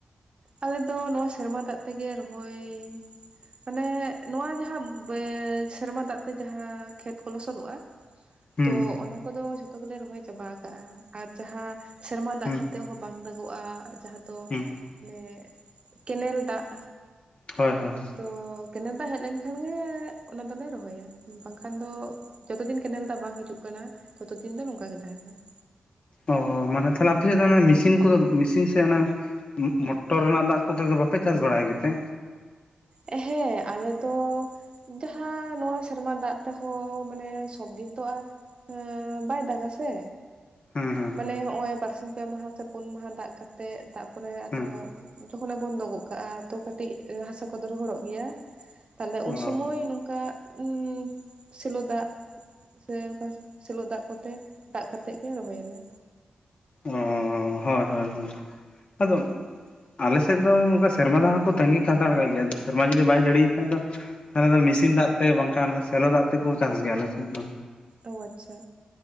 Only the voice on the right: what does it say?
ᱟᱞᱮ ᱫᱚ ᱱᱚᱣᱟ ᱥᱮᱨᱢᱟ ᱫᱟᱜ ᱛᱮᱜᱮ ᱨᱚᱦᱚᱭ ᱢᱟᱱᱮ ᱱᱚᱣᱟ ᱡᱟᱦᱟᱸ ᱥᱮᱨᱢᱟ ᱫᱟᱜ ᱛᱮ ᱡᱟᱦᱟᱸ ᱠᱷᱮᱛ ᱠᱚ ᱞᱚᱥᱚᱫᱚᱜᱼᱟ <unintelligible>
ᱛᱚ ᱚᱱᱟ ᱠᱚᱫᱚ ᱡᱷᱚᱛᱚ ᱜᱮᱞᱮ ᱨᱚᱦᱚᱭ ᱪᱟᱵᱟ ᱠᱟᱜ-ᱟ ᱟᱨ ᱡᱟᱦᱟᱸ ᱥᱮᱨᱢᱟ ᱫᱟᱜ
ᱠᱟᱛᱮᱜ ᱦᱚᱸ ᱵᱟᱝ ᱫᱟᱜᱚᱜ-ᱟ ᱡᱟᱦᱟᱸ ᱫᱚ
ᱢᱟᱱᱮ ᱠᱮᱱᱮᱞ ᱫᱟᱜ
ᱛᱚ ᱠᱮᱱᱮᱞ ᱫᱟᱜ ᱦᱮᱡ ᱞᱮᱱᱠᱷᱟᱱ ᱜᱮ ᱚᱱᱟ ᱫᱚᱞᱮ ᱨᱚᱦᱚᱭᱟ ᱵᱟᱝᱠᱷᱟᱱ ᱫᱚ ᱡᱚᱛᱚ ᱫᱤᱱ ᱠᱮᱱᱮᱞ ᱫᱟᱜ ᱵᱟᱝ ᱦᱤᱡᱩᱜ ᱠᱟᱱᱟ ᱛᱚᱛᱚ ᱫᱤᱱ ᱫᱚ ᱱᱚᱝᱠᱟ ᱜᱮ ᱛᱟᱦᱮᱸᱱᱟ ᱾
ᱮᱦᱮᱸ ᱟᱞᱮ ᱫᱚ ᱡᱟᱦᱟᱸ ᱱᱚᱣᱟ ᱥᱮᱨᱢᱟ ᱫᱟᱜ ᱛᱮᱦᱚᱸ ᱢᱟᱱᱮ ᱥᱚᱵᱫᱤᱱ ᱛᱚ ᱟᱨ ᱟᱸ ᱵᱟᱭ ᱫᱟᱜᱼᱟ ᱥᱮ
ᱢᱟᱱᱮ ᱦᱚᱸᱚᱭ ᱵᱟᱨᱥᱤᱧ ᱯᱮ ᱢᱟᱦᱟ ᱥᱮ ᱯᱩᱱ ᱢᱟᱦᱟ ᱫᱟᱜ ᱠᱟᱛᱮᱜ ᱛᱟᱨᱯᱚᱨᱮ ᱟᱫᱚ
ᱛᱚᱠᱷᱚᱱᱮ ᱵᱚᱱᱫᱚ ᱜᱚᱱ ᱠᱟᱜᱼᱟ ᱛᱚ ᱠᱟᱹᱴᱤᱡ ᱦᱟᱥᱟ ᱠᱚᱫᱚ ᱨᱚᱦᱚᱲᱚᱜ ᱜᱮᱭᱟ ᱛᱟᱦᱞᱮ ᱩᱱᱥᱚᱢᱚᱭ
ᱱᱚᱝᱠᱟ ᱩᱸᱥᱮᱞᱚ ᱫᱟᱜ ᱥᱮ ᱚᱱᱠᱟ ᱥᱮᱞᱚ ᱫᱟᱜ ᱠᱚᱛᱮ ᱫᱟᱜ ᱠᱟᱛᱮ ᱮ ᱨᱚᱦᱚᱭᱟᱞᱮ
ᱚ ᱟᱪᱷᱟ